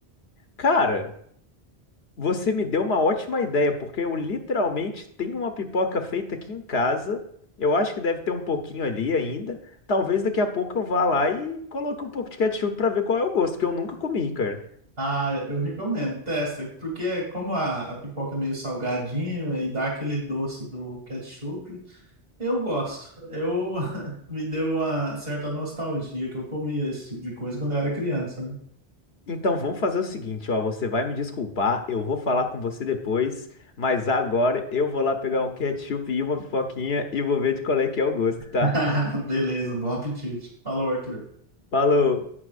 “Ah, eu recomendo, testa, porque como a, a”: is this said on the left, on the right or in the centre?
Right